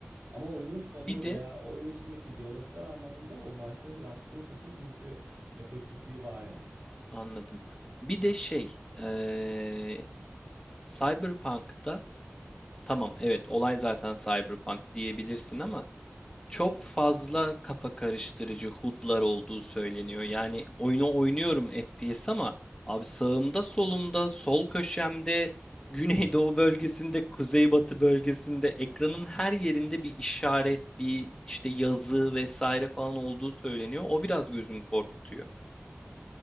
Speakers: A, on the right (about 55°); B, on the left (about 15°).
A: Ama oyunun sonu
B: Bir de
A: veya o oyun içindeki diyaloglar anlamında o başta yaptığın seçim büyük bir efektifliği var yani.
B: anladım. Bir de şey, ee, Cyberpunk'ta Tamam, evet olay zaten Cyberpunk diyebilirsin ama çok fazla kafa karıştırıcı HUD'lar olduğu söyleniyor. Yani oyunu oynuyorum FPS ama abi sağımda, solumda, sol köşemde, <laughs> güneydoğu bölgesinde, kuzeybatı bölgesinde ekranın her yerinde bir işaret, bir işte yazı vesaire falan olduğu söyleniyor. O biraz gözümü korkutuyor.